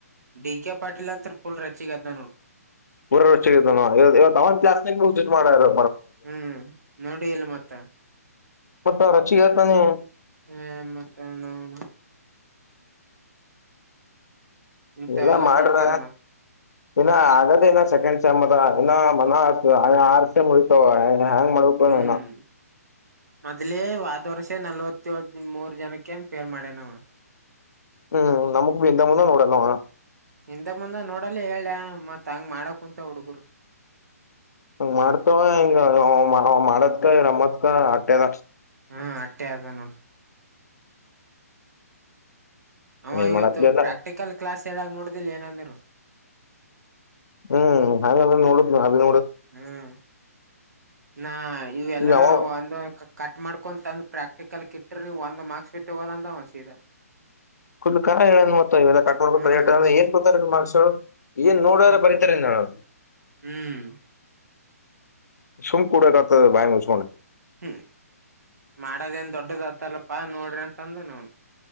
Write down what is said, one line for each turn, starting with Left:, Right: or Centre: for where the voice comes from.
Right: ಡಿಕೆೆ ಪಾಟೀಲ ಅಂತರ ಪುಲ್ ರಚ್ಚಿಗೆದ್ದಾನ
Left: ಪುರ ರೊಚ್ಚಿಗೆದ್ದನ <unintelligible> ಇವತ್ತು ಅವನ ಕ್ಲಾಸನ್ಯಾಗ ಮಾಡಾರು
Right: ಹ್ಮ್ ನೋಡಿ ಇಲ್ಲ ಮತ್ತ
Left: ಮತ್ತ ರೊಚ್ಚಿಗೆ ಹೇಳ್ತಾನೆ
Right: <inaudible> ಏ ಮತ್ತ ನೋಡ್ ಇಂಥವೆಲ್ಲಾ
Left: ಎಲ್ಲಾ ಮಾಡ್ರ
Right: ಮಾಡ್ತಾರ ಮತ್
Left: ಇನ್ನು ಅಗದೇ ಇಲ್ಲ ಸೆಕೆಂಡ್ ಸೆಮ್ ಅದ ಇನಾ ಮನಾ ಆರ್ ಸೆಮ್ ಉಳಿತಾವ ಹ್ಯಾಂಗ್ ಮಾಡ್ಬೇಕು
Right: ಹ್ಮ
Left: ಏನೋ
Right: ಮೊದ್ಲೇ ವಾದ ವರ್ಷ ಮತ್ತೆ ನಲ್ವತ್ತೆಳು ಮೂರ್ ಜನಕ್ಕ ಏನ್ ಪೇಲ್ ಮಾಡೇನವ
Left: ಹ್ಮ ನಮಗ್ ಬೇಕ್ ಮುಂದಾನ ನೋಡಲ್ಲವ
Right: ಹಿಂದ ಮುಂದ ನೋಡಲ್ಲ ಹೇಳ್ಯ ಮತ್ ಹಂಗ್ ಮಾಡಕ್ಕುಂತವ ಹುಡುಗರು
Left: ಹಂಗ ಮಾಡ್ತವ ಹಿಂಗ ಅವ ಮಾಡದಕ ಇವರಂಬದಕ ಆಟ್ಟೆದ
Right: ಹ್ಮ ಅಟ್ಟೆ ಆದ ನೋಡ ಅವ
Left: ಏನ್
Right: ಇವತ್ತು
Left: ಮಾಡತ್ಲಿಲ್ಲ
Right: ಪ್ರಾಕ್ಟಿಕಲ್ ಕ್ಲಾಸ್ ಹೇಳಾಗ ನೋಡುದಿಲ್ಲ ಏನಂದ್ರು
Left: ಹ್ಮ ಹಂಗಾದ್ರ ನೋಡುತನು ಅಲ್ಲಿ
Right: ಹ್ಮ ನಾ ಇವೆಲ್ಲಾ
Left: ಯಾವ
Right: ಒಂದು ಕಟ್ ಮಾಡ್ಕೊಂಡು ತಂದು ಪ್ರಾಕ್ಟಿಕಲ್ ಕ ಇಟ್ಟ್ರ ನೀವು ಒಂದು ಮಾರ್ಕ್ಸ್ ಸೈತ ತಗೋಳಲ್ಲ ಅವ ಸೀದ.
Left: <unintelligible> ಅರ್ಥ ಆಗಲಿಲ್ಲ
Right: ಹ್ಮ್
Left: ಸೊ ಏನ್ ನೋಡೋರ
Right: ಮತ್ತ
Left: ಬರಿತಾರೆ ಏನ್ ಹೇಳು
Right: ಹ್ಮ್
Left: ಸುಮ್ನೆ ಕೊಡಕ್ ಆಗ್ತದಿಲ್ಲ ಬಾಯಿ ಮುಚ್ಚ್ ಕೊಂಡು.
Right: ಹ್ಮ್ ಮಾಡದ ಏನ್ ದೊಡ್ಡದ್ ಆತ್ತಲ್ಲಪ್ಪಾ ನೋಡ್ರಿ ಅಂತ ಅಂದ ನ್ನಾ.